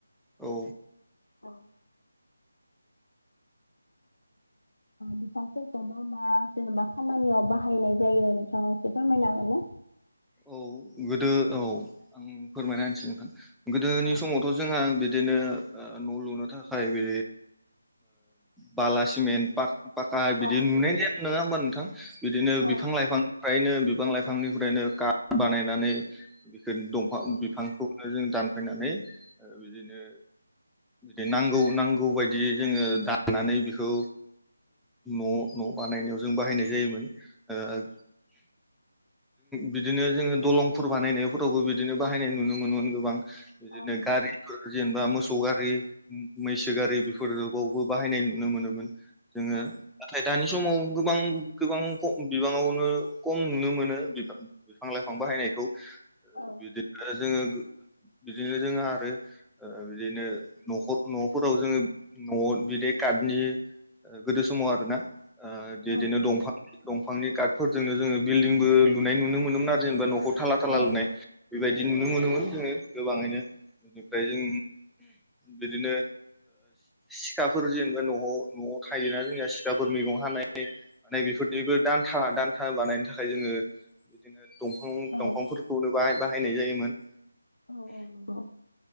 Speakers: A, in the centre; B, on the left (about 80°).
A: औ
B: <unintelligible> बिफांरखौ मा मा जेनेबा खामानियाव बाहायनाय जायो नोंथाङा एसे फोरमायनो हागोन ना
A: औ गोदो औ आं फोरमायना होनोसै नोंथां गोदोनि
B: औ
A: समावथ' जोंहा बिदिनो न' लु नो थाखाय बि बाला सिमेन्ट पाका बिदि
B: औ
A: नुनाय जा नङा होमबा नोंथां बिदिनो
B: औ
A: बिफां लाइफांनिफ्रायनो बिफां लाइफांनिफ्रायनो खा बानायनानै बिखौ दंफां
B: औ
A: बिफांखौ जों दानफायनानै बिदिनो बिदि नांगौ नांगौ बायदि जोङो दानानै बेखौ न' न' बानायनायाव जों बाहायनाय जायोमोन औ जों बिदिनो जोङो दलंफोर बानायनायफोरावबो बिदिनो बाहायनाय नुनो मोनोमोन गोबां बिदिनो
B: औ
A: गारिफोर जेनेबा मोसौ गारि मैसो गारि बेफोर बावबो बाहायनाय नुनो मोनोमोन जोङो
B: औ
A: नाथाय दानि बे समाव गोबां गोबां बिबाङावनो खम नुनो मोनो बिफां लाइफां बाहायनायखौ
B: औ
A: बिदिनो आरो जोङो बिदिनो जोङो आरो बिदिनो न'खर न'फोराव जोङो न'आव बिदि नि गोदो समाव आरो ना बिदिनो
B: औ
A: दंफां दंफांनि कार्टफोरजोंनो जोङो बिल्डिंबो लुनाय नुनो मोनो मोनोमोन आरो जेनेबा न'खौ थाला थाला
B: औ
A: लुनाय बेबायदि नुनो मोनोमोन जोङो गोबाङैनो बेनिफ्राय जों बिदिनो सिखाफोर जेनेबा न'आव न'आव थायोना जोंनिया सिखाफोर मैगं हानाय <unintelligible> माने बेफोरनिबो दान्था दान्था बानायनो थाखाय जोङो बिदिनो दंफां
B: औ
A: दंफांफोरखौ बाहाय बाहायनाय जायोमोन
B: औ औ नंगौ